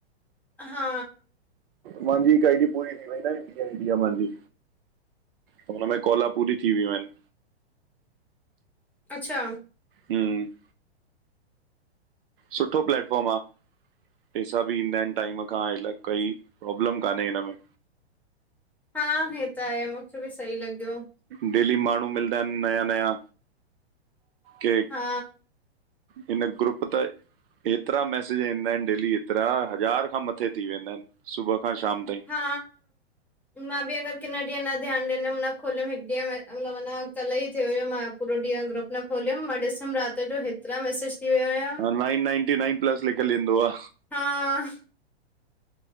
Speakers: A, in the centre; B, on the right.
A: हा
B: मांजी हिक आइडी पूरी थी वई न इंडिया इंडिया मां जी त हुन में कॉल पूरी थी वयूं आहिन
A: अच्छा
B: हम। सुठो प्लेटफॉर्म आ। पेसा बि ईंदा आहिनि टाइम खां, अइ काई प्रोब्लम कान्हे हिन में।
A: हा हे त आहे। मूंखे बि सही लॻियो।
B: डेली माण्हू मिलंदा आहिनि नया- नया। के
A: हा
B: हिन ग्रुप ते हेतिरा मैसेज ईंदा आहिनि डेली हेतिरा, हज़ार खां मथे थी वेंदा आहिनि। सुबुह खां शाम ताईं। <inaudible>
A: हा मां बि अगरि किन ॾींहं न ध्यान ॾींदमि, न खोलियमि हिक ॾींहं, मतिलबञा कल्ह ई थियो हो मां पूरो ॾींं ग्रुप न खोलियिम, मां ॾिसमि रात जो हेतिरा मैसेज थी वियो आहियां।
B: हा, नाइन नाइंटी नाइन प्लस लिखयल ईंदो आ।
A: हा।